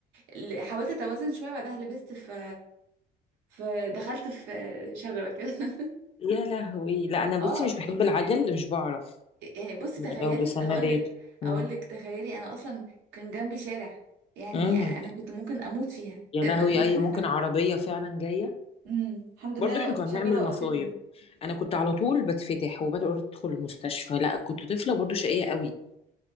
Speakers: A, on the right; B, on the left.
A: اللي حاولت اتوازن شويه بعدها لبست في في دخلت في شجره كده <laughs>
B: يا لهوي لا انا بصي
A: اه
B: مش بحب العجل مش بعرف
A: يعني بصي تخيلي
B: لو بسندات
A: هقول لك اقول
B: هم.
A: لك تخيلي انا اصلا كان جنبي شارع يعني
B: هم.
A: انا كنت ممكن اموت فيها
B: يا
A: <laughs>
B: لهوي اي ممكن عربيه فعلا جايه
A: امم الحمد
B: برضه
A: لله
B: احنا كنا
A: شجرة
B: بنعمل
A: وقفتني
B: مصايب انا كنت على طول بتفتح وبدخل ادخل المستشفى لا كنت طفله برضه شقيه قوي